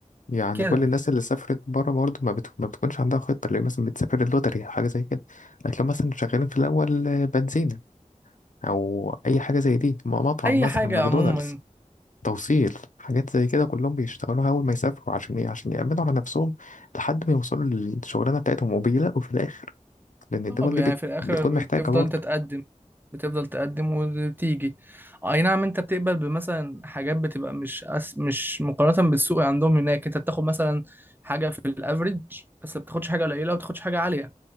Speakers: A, on the left; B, on the right.
A: يعني
B: كده
A: كل الناس اللي سافرت بره برضه ما, بتك... ما بتكونش عندها خطة اللي هي مثلا بتسافر اللوتري حاجة زي كده هتلاقيهم مثلا شغالين في الأول آه، بنزينة أو أي حاجة زي دي م- مطعم
B: اي
A: مثلا
B: حاجه
A: ماكدونالدز
B: عموما
A: توصيل حاجات زي كده كلهم بيشتغلوها أول ما يسافروا عشان إيه عشان يأمنوا على نفسهم لحد ما يوصلوا للشغلانة بتاعتهم وبيلاقوا في الآخر لأن الدول
B: اه
A: دي
B: يعني
A: بت...
B: في الاخر
A: بتكون محتاجة
B: بتفضل
A: برضه
B: تتقدم بتفضل تقدم وبتيجي اي نعم انت بتقبل بمثلا حاجات بتبقى مش أس... مش مقارنة بالسوق عندهم هناك انت بتاخد مثلا حاجة في الافريج بس ما بتاخدش حاجة قليلة وما بتاخدش حاجة عالية